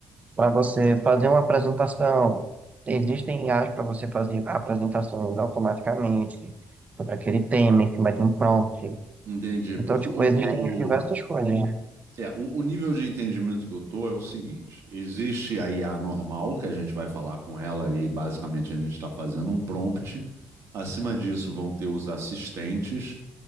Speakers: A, on the right (about 30°); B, on the right (about 70°).
A: para você fazer uma apresentação. Existem IAs para você fazer apresentações automaticamente sobre aquele tema em cima de um prompt.
B: Entendi.
A: Então,
B: Porque
A: tipo,
B: o,
A: existem diversas
B: o,
A: coisas, né?
B: é, o, o nível de entendimento que eu tô é o seguinte: existe a IA normal, que a gente vai falar com ela e basicamente a gente está fazendo um prompt. Acima disso vão ter os assistentes.